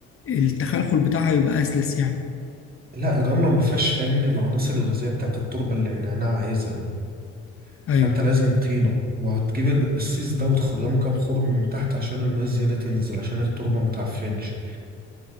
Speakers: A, on the left; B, on the right.
A: التخلخل بتاعها يبقى اسلس يعني
B: لا الرمله ما فيهاش فاهمني العناصر الغذائيه بتاعت التربه اللي النعناع عايزها
A: ايوه
B: فانت لازم طينه وهتجيب القصيص ده وتخرمه كام خرم من تحت عشان الميه الزياده تنزل عشان التربه ما تعفنش